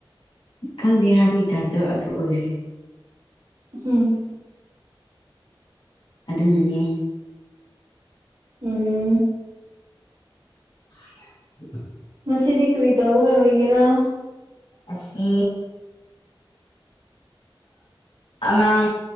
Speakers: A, on the left; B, on the right.
A: ꯈꯪꯗꯦ ꯍꯥꯄꯤꯇꯥꯞꯇꯣ ꯑꯗꯨ ꯑꯣꯏꯔꯦ
B: ꯎꯝ
A: ꯑꯗꯨꯅꯅꯦ
B: ꯎꯝ
A: <inaudible>
B: ꯉꯗꯤ ꯀꯔꯤ ꯇꯧꯔ ꯂꯩꯒꯦꯔꯥ
A: ꯑꯁꯤ ꯑꯉꯥꯡ